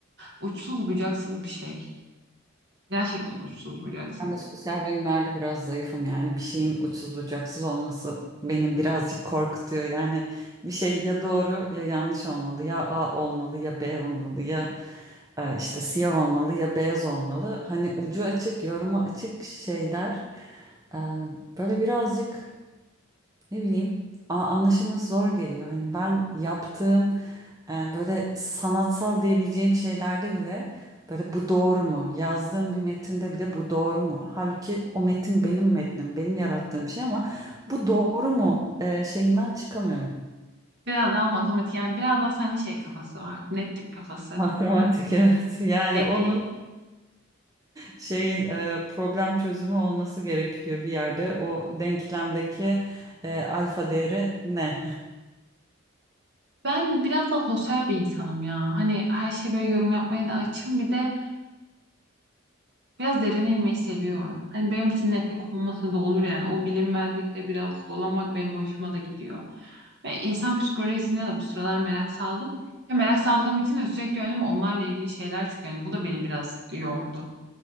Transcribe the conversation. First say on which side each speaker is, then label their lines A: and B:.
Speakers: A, on the right; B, on the right.
A: uçsuz bucaksız bir şey. Gerçekten uçsuz bucaksız.
B: Ben de sosyal bilimlerde biraz zayıfım yani bir şeyin uçsuz bucaksız olması beni birazcık korkutuyor. Yani bir şey ya doğru ya yanlış olmalı ya A olmalı ya B olmalı ya e, işte siyah olmalı ya beyaz olmalı. Hani ucu açık yorumu açık şeyler e, böyle birazcık ne bileyim a- anlaşılması zor geliyor. Hani ben yaptığım e, böyle sanatsal diyebileceğim şeylerde bile böyle bu doğru mu? Yazdığım bir metinde bile bu doğru mu? Halbuki o metin benim metnim, benim yarattığım bir şey ama bu doğru mu e, şeyinden çıkamıyorum.
A: Biraz daha matematik yani biraz daha sende şey kafası var. Netlik kafası.
B: Matematik <laughs> evet. Yani
A: Netlik.
B: onun şeyin e, problem çözümü olması gerekiyor bir yerde. O denklemdeki e, alfa değeri ne?
A: Ben biraz da sosyal bir insanım ya. Hani her şeye böyle yorum yapmaya da açım. Bir de biraz derine inmeyi seviyorum. Hani benim için netlik olmasa da olur yani. O bilinmezlikle biraz dolanmak benim hoşuma da gidiyor. Ve insan psikolojisine de bu sıralar merak saldım. Ya merak saldığım için de sürekli önüme onlarla ilgili şeyler çıkıyor. Yani bu da beni biraz yordu.